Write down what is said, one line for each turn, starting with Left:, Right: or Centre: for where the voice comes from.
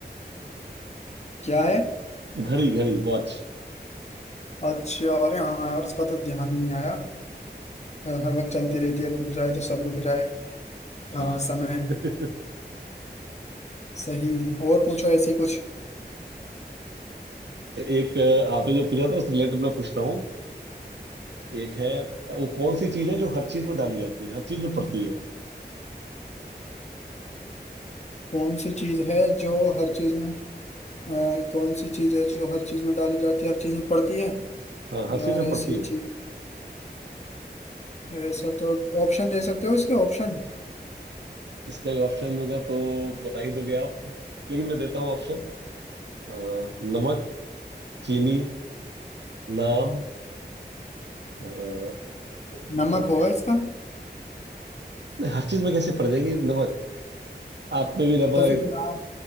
Left: क्या है
Right: घड़ी घड़ी वॉच
Left: अच्छा अरे हाँ यार उसका तो ध्यान ही नहीं आया हर वक्त चलती रहती है रुक जाए तो सब रुक जाए
Right: हाँ
Left: हाँ समय
Right: <laughs> अच्छा
Left: सही और पूछो ऐसी कुछ
Right: एक अ, आपने जो पूछा था उस रिलेटेड मैं पूछता हूँ एक है अ, वो कौन सी चीज है जो हर चीज में डाली जाती है हर चीज में पड़ती है वो
Left: कौन सी चीज है जो हर चीज में अ, कौन सी चीज है जो हर चीज में डाली जाती है हर चीज में पड़ती है
Right: हाँ हर चीज
Left: यार
Right: में पड़ती
Left: ऐसी
Right: है
Left: चीज ऐसा तो ऑप्शन दे सकते हो इसके ऑप्शन
Right: इसका भी ऑप्शन दूंगा तो बता ही दोगे आप लेकिन मैं देता हूँ ऑप्शन अ, नमक चीनी नाम अ, और क्या
Left: नमक होगा इसका
Right: नहीं, हर चीज में कैसे पड़ जाएगी नमक आप में भी नमक
Left: तो फिर नाम